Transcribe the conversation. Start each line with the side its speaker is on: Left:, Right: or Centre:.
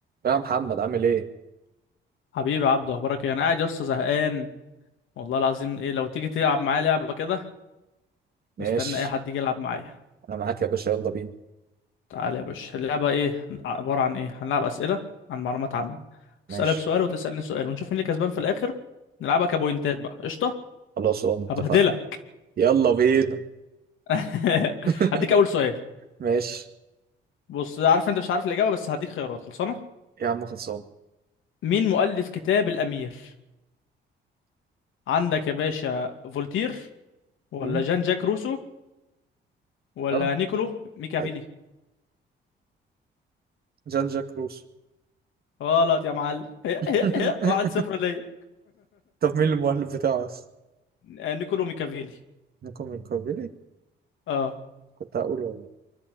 Right: يا محمد عامل ايه؟
Left: حبيبي يا عبدو اخبارك ايه انا قاعد يا اسطى زهقان والله العظيم ايه لو تيجي تلعب معايا لعبه كده
Right: ماشي
Left: مستني اي حد يجي يلعب معايا
Right: انا معاك يا باشا يلا بينا
Left: تعال يا باشا اللعبه ايه عباره عن ايه هنلعب اسئله عن معلومات عامه
Right: ماشي
Left: اسالك سؤال وتسالني سؤال ونشوف مين اللي كسبان في الاخر نلعبها كبوينتات بقى قشطه
Right: خلاص اه
Left: هبهدلك
Right: اتفقنا يلا بينا
Left: <laughs>
Right: <laughs>
Left: هديك اول سؤال
Right: ماشي
Left: بص عارف انت مش عارف الاجابه بس هديك خيارات خلصانه
Right: يا عم خلصان
Left: مين مؤلف كتاب الامير عندك يا باشا فولتير ولا
Right: مم.
Left: جان جاك روسو ولا
Right: اه
Left: نيكولو ميكافيلي
Right: عادي. جان جاك روسو
Left: غلط يا معلم <laughs>
Right: <laughs>
Left: واحد صفر ليا
Right: طب مين المؤلف بتاعه بس؟
Left: <laughs> نيكولو ميكافيلي
Right: نيكو من كوفيلي
Left: اه
Right: كنت هقوله والله